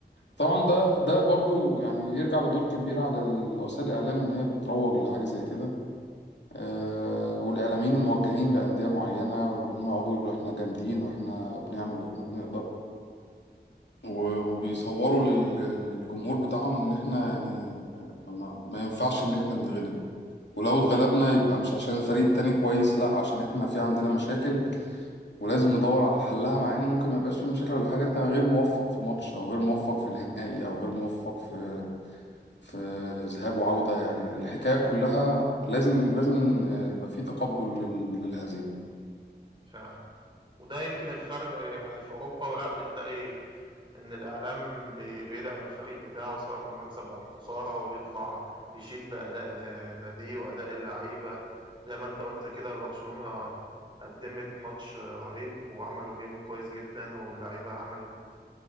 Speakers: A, on the left; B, on the right.
A: طبعا
B: إمم. أيوه،
A: ده ده برضو يعني يرجع لدور كبير على ال- وسائل الإعلام إن هي بتروج لحاجة زي كده آه، والإعلاميين الموجهين لأندية معينة واللي هم يقعدوا يقولوا إحنا جامدين وإحنا بنعمل وإحنا بنقدر و- وبيصوروا لل- للجمهور بتاعهم إن إحنا يعني آه، ما ما ينفعش إن إحنا نتغلب ولو اتغلبنا يبقى مش عشان الفريق التاني كويس لأ عشان إحنا في عندنا مشاكل ولازم ندور على حلها مع ان ممكن ما يبقاش في مشاكل ولا حاجه انت غير موفق في ماتش او غير موفق في نهائي او غير موفق في في ذهاب وعوده يعني الحكايه كلها لازم لازم آه، يبقى في تقبل لل- للهزيمه
B: فعلًا. وده يمكن الفرق يعني في أوروبا لأ، بتلاقي إن الإعلام بي بيدعم الفريق بتاعه سواء في المكسب أو الخسارة، ويطلع يشيد بأداء آه، ناديه وأداء اللعيبة، زي ما أنت قُلت كده برشلونة قدّمت ماتش آه، رهيب وعملوا game كويس جدًا، واللعيبة عملت